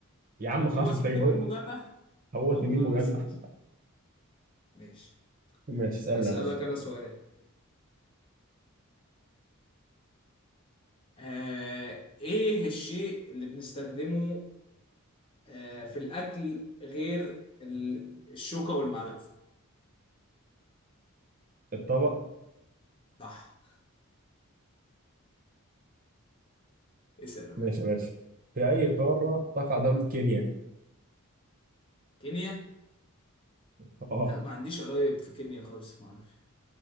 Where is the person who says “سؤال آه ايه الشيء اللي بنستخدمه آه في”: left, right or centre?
Left